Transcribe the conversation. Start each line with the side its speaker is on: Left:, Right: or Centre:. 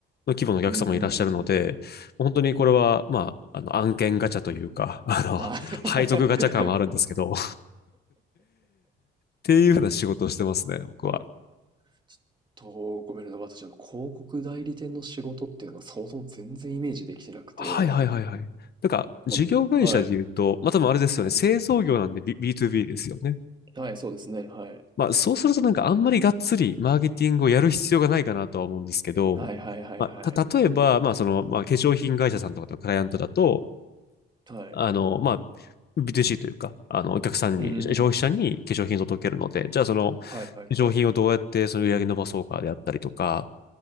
Left: 規模のお客様もいらっしゃるので、
Right: うんうんうんうん。
Left: 本当にこれは、まあ、あの案件ガチャというか、あの、
Right: あ、<laughs>
Left: 配属ガチャ感はあるんですけど、<laughs> っていうふうな仕事をしてますね、僕は。
Right: はい。と、ごめんなさい。私、あの、広告代理店の仕事っていうのがそもそも全然イメージできてなくて。
Left: はいはいはいはい。なんか、事業会社で言うと、
Right: こはい。
Left: まあ、多分あれですよね、製造業なんで B- B2B ですよね。
Right: はい、そうですね。はい。
Left: まあ、そうするとなんかあんまりがっつりマーケティングをやる必要がないかなとは思うんですけど、
Right: はいはいはいはい。
Left: まあ、た、例えば、まあ、その、まあ、化粧品会社さんとかとクライアントだと、
Right: はい。
Left: あの、まあ、B2C というか、あの、お客さんに、
Right: うんうんうん。
Left: 消費者に化粧品を届けるので、じゃあその、化粧品をどうやってその売り上げ伸ばそうかであったりとか、
Right: はいはいはい。